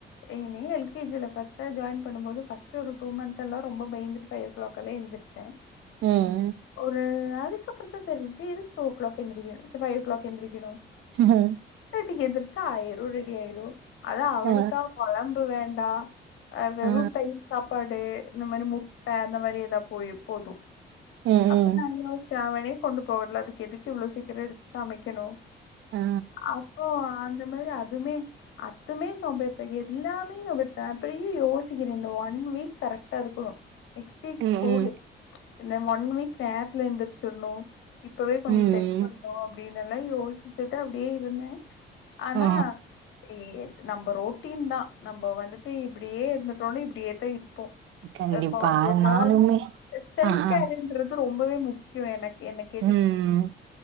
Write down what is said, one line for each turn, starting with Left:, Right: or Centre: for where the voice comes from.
Left: ஏன L K G first join பண்ணும்போது ஃபஸ்டு ஒரு டூ மந்த் எல்லா ரொம்ப பயந்துட்டு ஃபை ஓ கிளாக் எந்திரி சேர்
Right: ம் ம்
Left: ஒரு அதுக்கப்புற தா தெரிஞ்சு இது டூ ஓ கிளாக் எந்திரிக்கணு ச்சே ஃபைவ் ஓ கிளாக் எந்திரிக்கணு
Right: ஹம்
Left: எயிட் தட்டிக்கு எந்திரிச்சா ஆயிரு ரெடி ஆயிரு அதா அவனுக்கா
Right: ஆ,
Left: கொழம்பு வேண்டா அ வெறு
Right: ஆ,
Left: தயிர் சாப்பாடு இந்த மாரி முட்டை அந்த மாரி ஏதா போயி போது
Right: ம்,
Left: அப்ப
Right: ம்,
Left: நா யோசிச்ச அவனே கொண்டு போகல அதுக்கு எதுக்கு இவ்ளோ சீக்கிரம் எடுத்து சமைக்கணு
Right: ஆ,
Left: அப்போ அந்த மாரி அதுமே அதுமே சோம்பேறிதா எல்லாமே நா விட்ட அப்றோ ஏ யோசிக்கிறே இந்த ஒன் வீக் கரெக்ட்டா இருக்கணு நெக்ஸ்ட் வீக்
Right: ம்,
Left: ஸ்கூலு
Right: ம்,
Left: இந்த ஒன் வீக் நேரத்துல எந்திரிச்சிரணு இப்பவே கொஞ்சோ
Right: ம்,
Left: செட் பண்ணணு அப்டின்னு எல்லா யோசிச்சுட்டு அப்டியே இருந்தே ஆனா
Right: ஆ.
Left: எ நம்ம ரோட்டீன் தா நம்ம வந்துட்டு இப்டியே இருந்துட்டோன்னு இப்டியே தா இரு போ
Right: கண்டிப்பா.
Left: இப்ப வந்து பாடி
Right: நானுமே
Left: செல்ப்
Right: ஆ, ஆ,
Left: கேருன் றது ரொம்பவே முக்கியோ எனக்கு எனக்
Right: ம்